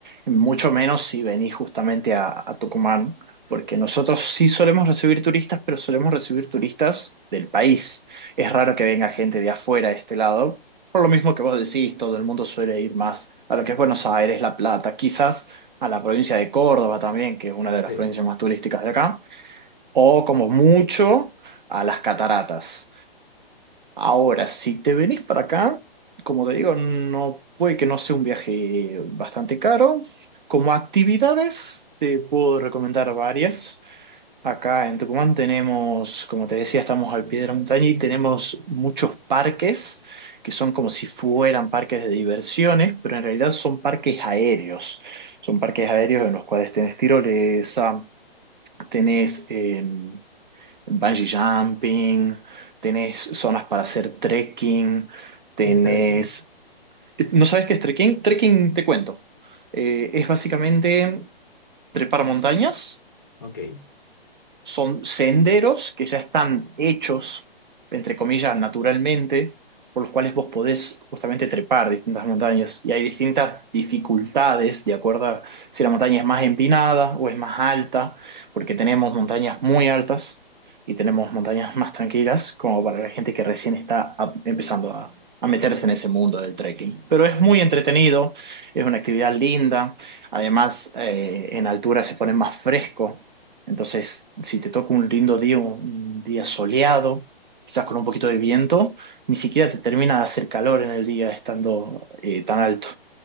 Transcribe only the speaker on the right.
mucho menos si venís justamente a, a Tucumán, porque nosotros sí solemos recibir turistas, pero solemos recibir turistas del país. Es raro que venga gente de afuera de este lado, por lo mismo que vos decís, todo el mundo suele ir más a lo que es Buenos Aires, La Plata, quizás a la provincia de Córdoba también, que es una de las
provincias más turísticas de acá, o como mucho a las cataratas. Ahora, si te venís para acá, como te digo, no puede que no sea un viaje bastante caro. Como actividades, te puedo recomendar varias. Acá en Tucumán tenemos, como te decía, estamos al pie de la montaña y tenemos muchos parques que son como si fueran parques de diversiones, pero en realidad son parques aéreos. Son parques aéreos en los cuales tenés tirolesa, tenés... em, bungee jumping, tenés zonas para hacer trekking, tenés...
¿No sabes qué es trekking? Trekking, te cuento. Eh, es básicamente trepar montañas
son senderos que ya están hechos, entre comillas, naturalmente, por los cuales vos podés justamente trepar distintas montañas. Y hay distintas dificultades de acuerdo a si la montaña es más empinada o es más alta, porque tenemos montañas muy altas y tenemos montañas más tranquilas, como para la gente que recién está a- empezando a... a meterse en ese mundo del trekking. Pero es muy entretenido, es una actividad linda, además eh, en altura se pone más fresco, entonces, si te toca un lindo día, un día soleado, quizás con un poquito de viento, ni siquiera te termina de hacer calor en el día estando eh, tan alto.